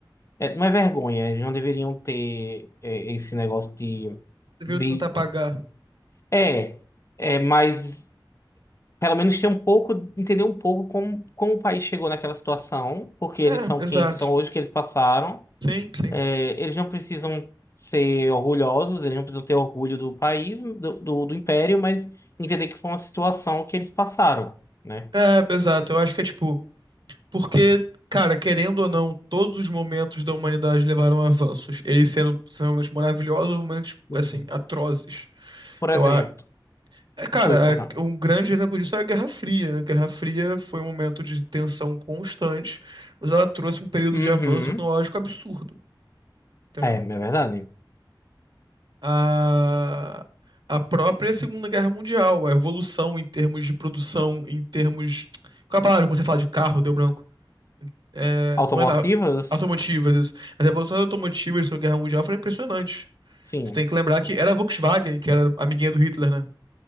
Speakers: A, on the left (about 35°); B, on the right (about 60°).
A: é, não é vergonha, eles não deveriam ter é, esse negócio de.
B: Deveriam
A: bi-
B: tentar pagar.
A: É, é, mas pelo menos ter um pouco, entender um pouco como, como o país chegou naquela situação, porque eles
B: É,
A: são
B: exato.
A: quem são hoje, que eles passaram.
B: Sim, sim.
A: É, eles não precisam ser orgulhosos, eles não precisam ter orgulho do país, do, do, do império, mas entender que foi uma situação que eles passaram, né?
B: É, exato. Eu acho que é tipo, porque, cara, querendo ou não, todos os momentos da humanidade levaram a avanços. Eles sendo extremamente maravilhosos, momentos,
A: Uhum.
B: assim, atrozes.
A: Por
B: Eu,
A: exemplo,
B: a- É, Cara,
A: ui, perdão.
B: a- um grande exemplo disso é a Guerra Fria. né? A Guerra Fria foi um momento de tensão constante, mas ela trouxe um período
A: Uhum.
B: de avanço tecnológico absurdo, entendeu?
A: É, é verdade.
B: A, a própria Segunda Guerra Mundial, a evolução em termos de produção, em termos... Qual é a palavra quando você fala de carro, deu branco? É,
A: Automotivas?
B: não é na... automotivas isso. As evoluções automotivas da Segunda Guerra Mundial foram impressionantes.
A: Sim,
B: Você tem que lembrar que era a Volkswagen, que era amiguinha do Hitler, né?